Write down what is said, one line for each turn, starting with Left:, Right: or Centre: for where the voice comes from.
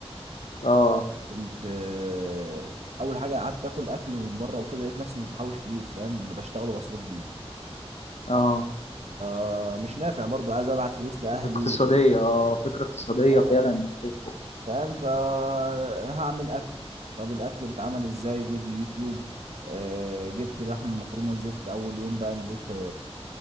Left: اه
Right: كنت آه، اول حاجه قعدت اكل اكل من بره وكده لقيت نفسي مش بحوش فلوس فاهم اللي بشتغله بصرف بيه
Left: اه
Right: آه، مش نافع برضو عايز ابعت فلوس لاهلي
Left: اقتصادية
Right: و...
Left: اه فكرة اقتصادية
Right: آه،
Left: فعلا انك تطبخ
Right: فاهم فهعمل اكل طب الاكل بيتعمل ازاي فيديو يوتيوب آه، جبت لحمه مفرومه نزلت اول يوم بقى نزلت